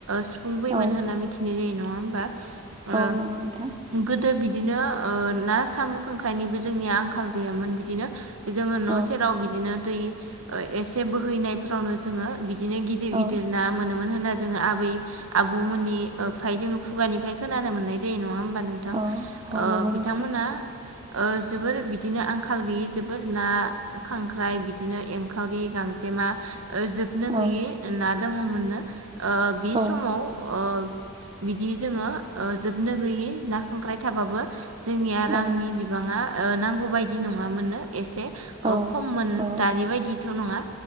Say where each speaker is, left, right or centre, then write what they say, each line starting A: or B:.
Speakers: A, on the right; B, on the right.
A: सुफुंबोयोमोन
B: औ
A: होनना मिथिनाय जायो। नङा ओ
B: औ नंगौ नोंथां।
A: गोदो बिदिनो ना साम' खांख्राइनिबो जोंनिया आंखाल गैयामोन बिदिनो जोङो न'
B: औ
A: सेराव बिदिनो दै एसे बोहैनाय <unintelligible> जोङो बिदिनो गिदिर
B: औ
A: गिदिर ना मोनोमोन होननानै जोङो आबै -आबौमोननि ओमफ्राय जोङो खुगानिफ्राय खोनानो मोननाय जायो। नङा नोंथां
B: औ औ नंगौ
A: बिथांमोना
B: नोंथां
A: जोबोर बिदिनो आंखाल गैयि जोबोर ना खांख्राइ बिदिनो एंखावरि गांजेमा ओ जोबनो
B: औ
A: गैयै ना दंङोमोननो ओ बि
B: औ
A: समाव ओ बिदि जोंङो ओ जोबनो गैयि ना खांख्राय थाबाबो जोंनिया
B: औ
A: रांनि बिबांङा ओ नांगौ बायदि नंङा मोननो। एसे
B: औ
A: खममोन
B: औ
A: दानि बायदिथ' नंङा।